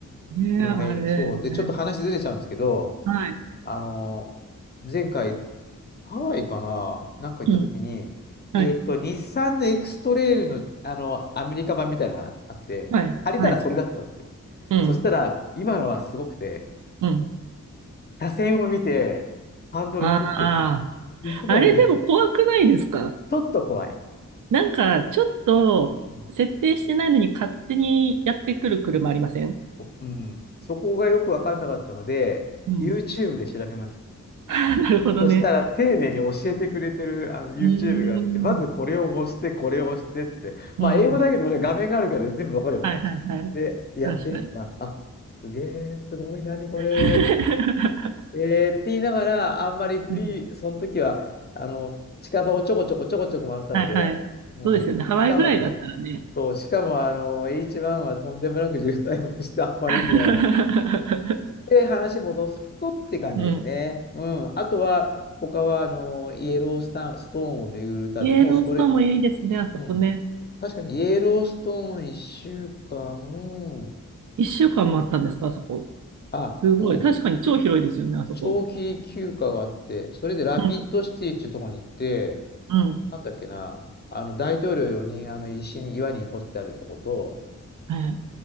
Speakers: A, on the right; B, on the left.
A: ねえ、
B: でもね、
A: あれね。
B: そう。で、ちょっと話ずれちゃうんですけど、
A: はい。
B: あの、前回、ハワイかななんか行った時に、
A: うん。はい。
B: えっと、日産のエクストレイルの、あの、アメリカ版みたいなのがあって、
A: はい、
B: 借りたらそれだったんですよ。
A: はい。うん、
B: そしたら、今のはすごくて、
A: うん。
B: 車線を見て、ハンドル切ってく、
A: ああ、
B: 嘘みたいな。
A: あれでも怖くないですか
B: ちょっと怖い。
A: なんか、ちょっと、
B: うん。
A: 設定してないのに勝手にやってくる車ありません
B: うんそこがよくわかんなかったので、
A: うん。
B: YouTube で調べました。
A: <laughs> あなるほどね。
B: そしたら丁寧に教えてくれてるあの YouTube
A: うーん。
B: があって、まずこれを押して、これを押してっつって、まあ英語だけどね、
A: うん。
B: 画面があるから全部わかるよね。
A: はいはいはい。
B: で、やってみてな、
A: 確かに。
B: あ、すげえ、すごい、何これ、
A: <laughs>
B: と。えーって言いながら、あんまりフリー、
A: うん。
B: その時は、あの、近場をちょこちょこちょこちょこ回ってたので、
A: はいはい。
B: うん。
A: そうですよね。
B: しかも、
A: ハワイぐらいだったらね。
B: そう、しかも、あの、H1 はとんでもなく渋滞をして、あんまり意味がなか
A: <laughs>
B: で、話戻すとって感じですね。
A: うん。
B: うん。あとは、他は、あの、イエロースタン、ストーンを巡る旅。
A: イエローストーンもいいですね、
B: もうそれ、
A: あそこね。
B: うん。確かに、イエローストーン1週間、
A: 一週間もあったんですか、あそこ。
B: あ、
A: すごい。
B: うん。
A: 確かに超広いですよね、あそこ。
B: 長期休暇があって、それでラピッドシティっていうところに行って、
A: うんうん。
B: なんだっけな、あの、大統領用にん、あの、石に、岩に掘ってあるとこと、
A: ええ、